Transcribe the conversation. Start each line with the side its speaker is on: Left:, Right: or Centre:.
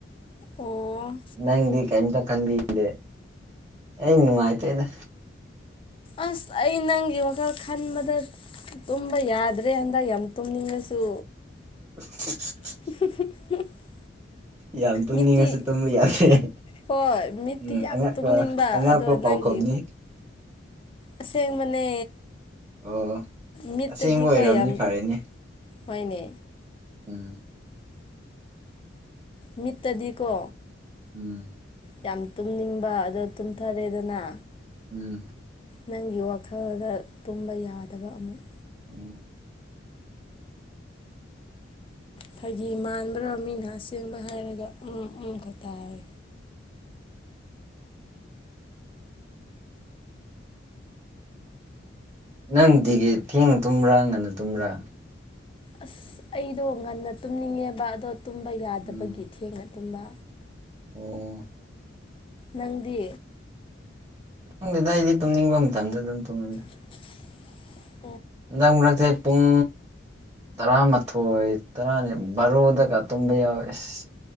Left: ꯑꯣ
Right: ꯅꯪꯗꯤ ꯀꯩꯝꯇ ꯈꯟꯕꯤꯗꯦ ꯑꯩ ꯅꯨꯡꯉꯥꯏꯇꯦꯗ
Left: ꯑꯁ ꯑꯩ ꯅꯪꯒꯤ ꯋꯥꯈꯜ ꯈꯟꯕꯗꯠ ꯇꯨꯝꯕ ꯌꯥꯗ꯭ꯔꯦ ꯍꯟꯗꯛ ꯌꯥꯝ ꯇꯨꯝꯅꯤꯡꯉꯁꯨ
Right: <inaudible>
Left: <unintelligible>
Right: ꯌꯥꯝ ꯇꯨꯝꯅꯤꯉꯁꯨ
Left: ꯃꯤꯠꯇꯤ
Right: ꯇꯨꯝꯕ ꯌꯥꯗꯦ
Left: ꯍꯣꯏ ꯃꯤꯠꯇꯤ
Right: ꯎꯝ
Left: ꯌꯥꯝ
Right: ꯑꯉꯛꯄ
Left: ꯇꯨꯝꯅꯤꯡꯕ
Right: ꯑꯉꯛꯄ
Left: ꯑꯗꯣ
Right: ꯄꯥꯎꯈꯨꯝꯅꯤ
Left: ꯅꯪꯒꯤ ꯑꯁꯦꯡꯕꯅꯦ
Right: ꯑꯣ
Left: ꯃꯤꯠꯇꯗꯤꯀꯣ
Right: ꯑꯁꯦꯡꯕ ꯑꯣꯏꯔꯝꯅꯤ
Left: ꯌꯥꯝ
Right: ꯐꯔꯦꯅꯦ
Left: ꯍꯣꯏꯅꯦ
Right: ꯎꯝ
Left: ꯃꯤꯠꯇꯗꯤꯀꯣ
Right: ꯎꯨꯝ
Left: ꯌꯥꯝ ꯇꯨꯝꯅꯤꯡꯕ ꯑꯗ ꯇꯨꯝꯊꯔꯦꯗꯅ
Right: ꯎꯨꯝ
Left: ꯅꯪꯒꯤ ꯋꯥꯈꯜꯗ ꯇꯨꯝꯕ ꯌꯥꯗꯕ ꯑꯃꯨꯛ
Right: ꯎꯝ
Left: ꯐꯥꯒꯤ ꯃꯥꯟꯕ꯭ꯔꯣ ꯃꯤꯅ ꯑꯁꯦꯡꯕ ꯍꯥꯏꯔꯒ ꯎꯝ ꯎꯝ ꯈꯛꯇ ꯍꯥꯏ
Right: ꯅꯪ ꯗꯤꯒꯤ ꯊꯦꯡ ꯇꯨꯝꯕ꯭ꯔꯥ ꯉꯟꯅ ꯇꯨꯝꯕ꯭ꯔꯥ
Left: ꯑꯁ ꯑꯩꯗꯣ ꯉꯟꯅ ꯇꯨꯝꯅꯤꯡꯉꯦꯕ ꯑꯗꯣ ꯇꯨꯝꯕ ꯌꯥꯗꯕꯒꯤ
Right: ꯎꯝ
Left: ꯊꯦꯡꯅ ꯇꯨꯝꯕ
Right: ꯑꯣ
Left: ꯅꯪꯗꯤ
Right: ꯈꯪꯗꯦꯗꯥ ꯑꯩꯗꯤ ꯇꯨꯝꯅꯤꯡꯕ ꯃꯇꯝꯗ ꯑꯗꯨꯝ ꯇꯨꯝꯃꯦꯗ
Left: <inaudible>
Right: ꯍꯟꯗꯛ ꯃꯔꯛꯁꯦ ꯄꯨꯡ ꯇꯔꯥꯃꯥꯊꯣꯏ ꯇꯔꯥꯅꯤ ꯚꯥꯔꯣꯗꯒ ꯇꯨꯝꯕ ꯌꯥꯎꯑꯦꯁ